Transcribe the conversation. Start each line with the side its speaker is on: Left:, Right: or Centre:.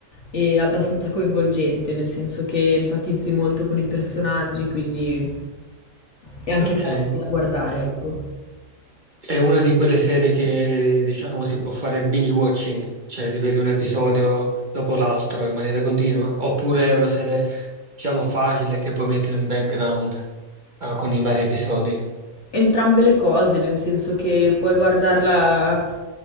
Left: e abbastanza coinvolgente, nel senso che empatizzi molto con i personaggi, quindi è anche
Right: Ok.
Left: facile da guardare, ecco.
Right: È una di quelle serie che, diciamo, si può fare il binge watching, cioè ti vedi un episodio dopo l'altro in maniera continua, oppure è una serie, diciamo, facile che puoi mettere in background, ah, con i vari episodi.
Left: Entrambe le cose, nel senso che puoi guardarla,